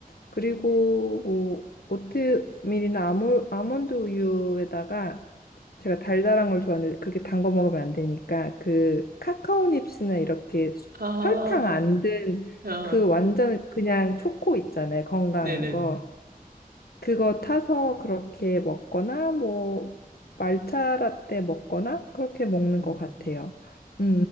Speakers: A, on the left; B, on the right.
A: 그리고 뭐 오트밀이나 아몰, 아몬드 우유에다가 제가 달달한 걸 좋아하는데 그렇게 단 거 먹으면 안 되니까 그 카카오 닙스나 이렇게 수-
B: 아,
A: 설탕 안 든
B: 아, 아.
A: 그 완전 그냥 초코 있잖아요. 건강한
B: 네네.
A: 거. 그거 타서 그렇게 먹거나 뭐 말차 라떼 먹거나 그렇게 먹는
B: 음,
A: 것 같아요.
B: 음.
A: 음,